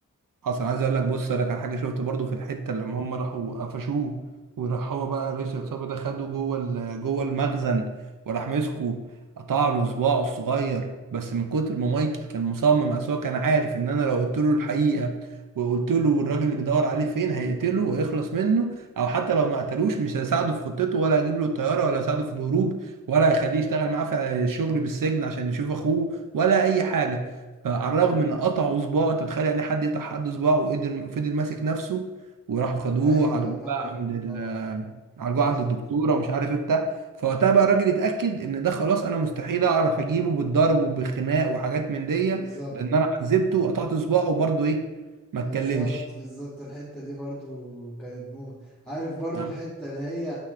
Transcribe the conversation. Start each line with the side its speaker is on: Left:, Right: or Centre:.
Right: اصلا عايز اقول لك بص اقول لك على حاجه شفت برضو في الحته لما هم راحوا قفشوه وراح هو بقى رئيس العصابه ده خده جوه ال- جوه المخزن وراح مسكه قطع له صباعه الصغير بس من كتر ما مايكل كان مصمم اصل هو كان عارف ان انا لو قلت له الحقيقه وقلت له الراجل اللي بيدور عليه فين هيقتله ويخلص منه او حتى لو ما قتلوش مش هيساعده في خطته ولا هيجيب له الطياره ولا هيساعده في الهروب ولا هيخليه يشتغل معاه في الشغل بالسجن عشان يشوف اخوه ولا اي حاجه فعلى الرغم ان قطعوا صباعه انت متخيل يعني حد يقطع حد صباعه وقدر فضل ماسك نفسه وراحوا خدوه
Centre: ايوه
Right: عالجوه
Centre: طبعا
Right: بقى عند ال
Centre: طبعا
Right: عالجوه
Centre: في الحته
Right: عند الدكتوره ومش عارف ايه بتاع فوقتها بقى الراجل اتاكد ان ده خلاص انا مستحيل اعرف اجيبه بالضرب وبالخناق وحاجات من دي
Centre: بالظبط
Right: لان انا عذبته وقطعت صباعه وبرضه ايه ما
Centre: بالظبط
Right: اتكلمش
Centre: بالظبط الحتة دي برضو كانت موت عارف برضو
Right: نعم.
Centre: الحتة اللي هي